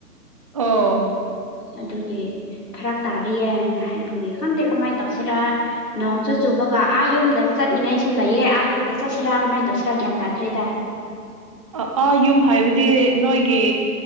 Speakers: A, on the right (about 20°); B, on the left (about 70°).
A: ꯑꯣ
B: ꯑꯗꯨꯒꯤ ꯐꯔꯛ ꯇꯥꯔꯤꯌꯦ ꯍꯥꯏꯅ ꯍꯥꯏꯕꯒꯤ ꯈꯪꯗꯦ ꯀꯃꯥꯏꯅ ꯇꯧꯁꯤꯔ ꯅꯣꯡꯁꯨ ꯆꯨꯕꯒ ꯑꯥ ꯌꯨꯝꯗ ꯆꯠꯅꯤꯡꯉꯩꯁꯨ ꯂꯩꯌꯦ ꯑꯥ ꯌꯨꯝꯗ ꯆꯠꯁꯤꯔꯥ ꯀꯃꯥꯏꯅ ꯇꯧꯁꯤꯔꯥ ꯒ꯭ꯌꯥꯟ ꯇꯥꯗ꯭ꯔꯦꯗ
A: ꯑ ꯑꯥ ꯌꯨꯝ ꯍꯥꯏꯕꯗꯤ ꯅꯣꯏꯒꯤ